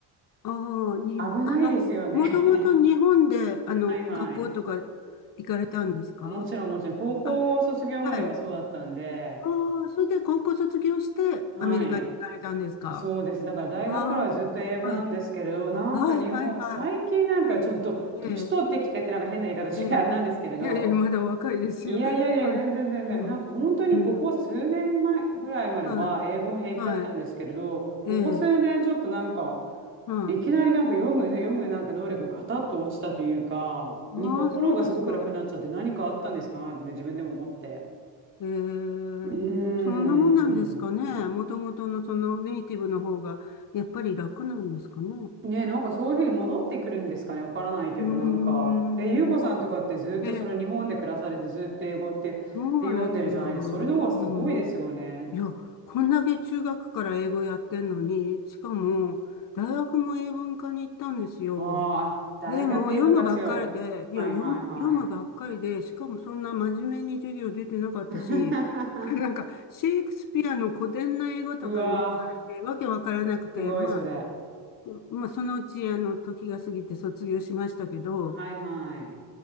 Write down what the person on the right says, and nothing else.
危ないですよね。
<laughs>
はいはい。
もちろんもちろん、高校卒業まではそうだったんで、
はい。
そうです。だから大学からはずっと英語なんですけれど、
なんか日本、
最近なんかちょっと年取ってきてってなんか変な言い方して
<laughs> あれなんですけれど、
いやいやいや、
全然全然。
なんか本当にここ数年前ぐらいまでは英語も平気だったんですけれど、
ここ数年ちょっとなんか、
いきなりなんか読む、読むなんか能力がガタッと落ちたというか、
日本語の方がすごく楽になっちゃって何かあったんですかなってね自分でも思って。
うーん。
ねえ、なんかそういうふうに戻ってくるんですかね、わからないけど、
なんか、え、ゆうこさんとかってずっとその日本で暮らされてずっと英語ってで読んでるじゃないですか。
それの方がすごいですよね。
あーあ、あ大学英文が強い。
はいはいはい。
<laughs>
うわー、
すごいそれ。
はいはい。